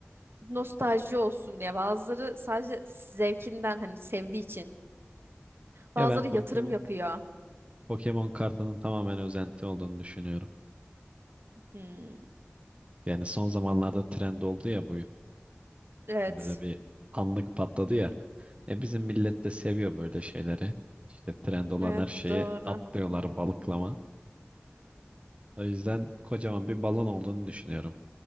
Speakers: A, on the right; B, on the right.
A: nostalji olsun diye. Bazıları sadece zevkinden hani sevdiği için.
B: Ya
A: Bazıları
B: ben Pokemon
A: yatırım yapıyor.
B: Pokemon kartının tamamen özenti olduğunu düşünüyorum.
A: Hmm,
B: Yani son zamanlarda trend oldu ya bu.
A: evet.
B: Böyle bir anlık patladı ya. E bizim millet de seviyor böyle şeyleri. İşte trend olan
A: Evet
B: her şeye
A: doğru.
B: atlıyorlar
A: <laughs>
B: balıklama. O yüzden kocaman bir balon olduğunu düşünüyorum.